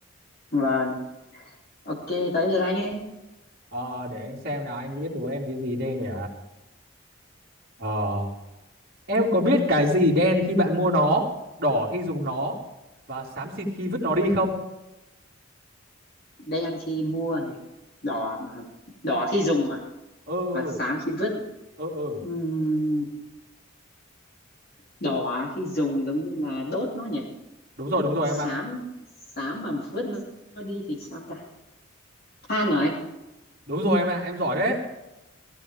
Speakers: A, on the left; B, on the right.
A: vâng ok tới lượt anh ấy
B: Ờ, để anh xem nào anh biết đố em cái gì đây nhỉ Ờ, em có biết cái gì đen khi bạn mua nó đỏ khi dùng nó và xám xịt khi vứt nó đi không
A: đây ăn khi mua này đỏ mà đỏ khi dùng mà
B: ừ ừ
A: và xám khi vứt
B: ừ ừ
A: Ừm, đỏ khi dùng thì giống như là đốt nó nhỉ
B: đúng rồi đúng
A: Còn
B: rồi
A: xám
B: em ạ
A: xám mà vứt nó đi thì sao ta than rồi anh
B: đúng rồi em ạ em giỏi đấy